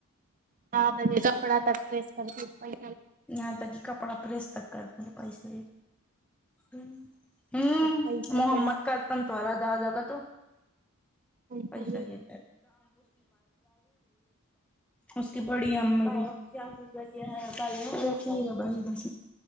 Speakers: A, on the right; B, in the centre.
A: ہاں بندے سوپڑا تک بیسکن پس
B: نہ ت ک اپنا پرستک کر مل بائی سے ہ ہوں
A: پیسہ
B: محمد
A: کے نام
B: کا ت تھارا د جا کاا تو
A: پیسہ
B: پیسا
A: لے
B: ہی اس کی پڑی امی بھی کیا ل گ ہے بائی ہے بھائی دس